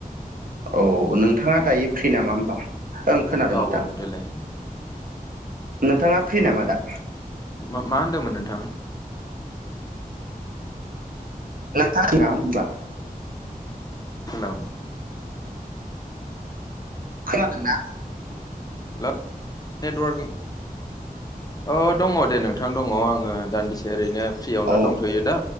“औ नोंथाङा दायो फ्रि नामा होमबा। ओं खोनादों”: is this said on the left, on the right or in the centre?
Right